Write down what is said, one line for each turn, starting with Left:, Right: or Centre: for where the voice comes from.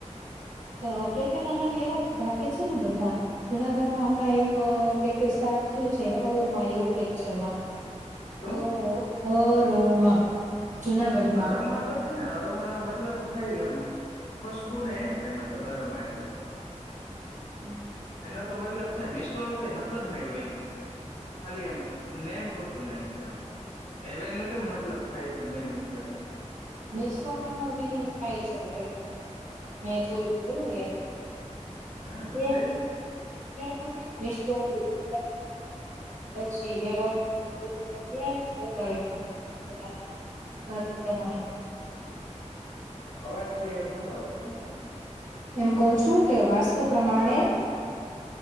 Right: તો કેકેન નામ એવા જ રાખે છે ને બધા જુનાગઢમાં હમણાં એક અ કે સા શું છે અરોમા એવું કંક છે ના
Left: શું
Right: અરો અરોમા જુનાગઢમાં
Left: અરોમા તો છે ને અરોમા નો મતલબ થાય એમ ખુશબુ ને એમ થાય મતલબ બરોમાં એટલે
Right: હમ
Left: એનો તો મતલબ છે મિસ્ટોનો કઈ મતલબ નઈ હોય એમ ખાલી એમ નેમ. તું ને એમ એવેનું કેમ મતલબ થાય. મેનીમ છે
Right: મિસરો નો વિનિંગ થાય છે કઈક મેં જોયું
Left: હમ
Right: હતું
Left: થાય
Right: <unintelligible> <unintelligible>
Left: અવાજ ક્લિયર નથી આવતો તમારો
Right: એમ કઉ છું કે વાસ્તુ પ્રમાણે
Left: હા